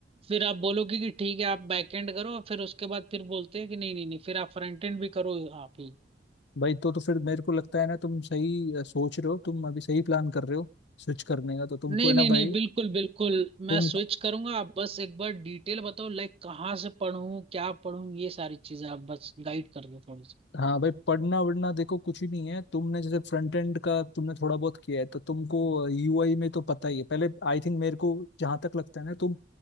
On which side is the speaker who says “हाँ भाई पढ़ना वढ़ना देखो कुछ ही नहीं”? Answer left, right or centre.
Left